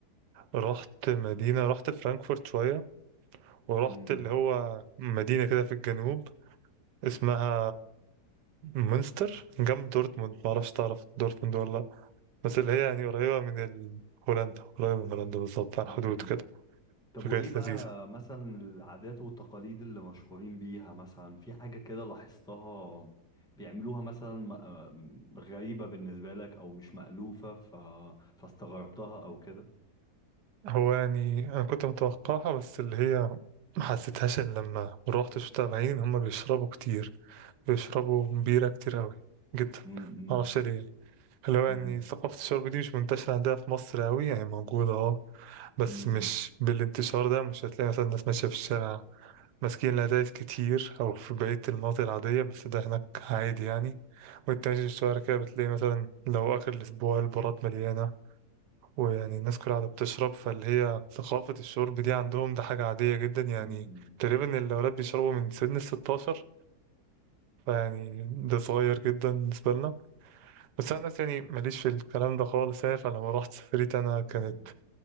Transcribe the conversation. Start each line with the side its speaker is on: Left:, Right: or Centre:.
Right: رحت مدينة رحت فرانكفورت شوية ورحت
Centre: امم
Right: اللي هو مدينة كده في الجنوب اسمها مونستر جنب دورتموند معرفش تعرف دورتموند ولا لأ بس اللي هي يعني قريبة من ال... هولندا قريبة من هولندا بالظبط على الحدود
Centre: امم
Right: كده
Centre: طب
Right: فكانت
Centre: وإيه بقى
Right: لذيذة
Centre: مثلا العادات والتقاليد اللي مشهورين بيها مثلا في حاجة كده لاحظتها بيعملوها مثلا م- آه، غريبة بالنسبة لك أو مش مألوفة ف... فاستغربتها أو كده
Right: هو يعني أنا كنت متوقعها بس اللي هي ما حسيتهاش إلا لما روحت شفتها بعينين هما بيشربوا كتير بيشربوا بيرة كتير أوي جدا
Centre: أمم،
Right: معرفش ليه يعني. اللي هو يعني
Centre: أمم،
Right: ثقافة الشرب دي مش منتشرة عندها في مصر أوي يعني موجودة اه بس
Centre: أمم،
Right: مش بالانتشار ده مش هتلاقي مثلا ناس ماشية في الشارع ماسكين الأتايس كتير أو في بقية المناطق العادية بس ده هناك عادي يعني وانت ماشي في الشوارع كده بتلاقي مثلا لو آخر الأسبوع البارات مليانة ويعني الناس كلها قاعدة بتشرب فاللي هي ثقافة الشرب دي عندهم ده حاجة عادية جدا يعني
Centre: أمم،
Right: تقريبا الأولاد بيشربوا من سن الستاشر فيعني ده صغير جدا بالنسبة لنا بس أنا الناس يعني ماليش في الكلام ده خالص يعني فلما رحت سافرت أنا كانت
Centre: أمم،